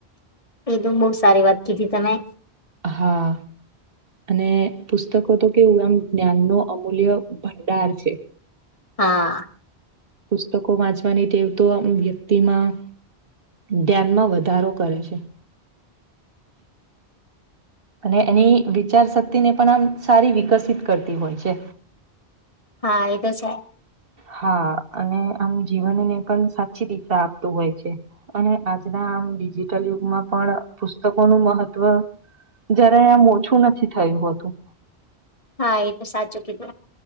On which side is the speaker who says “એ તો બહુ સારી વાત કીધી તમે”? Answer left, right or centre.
Left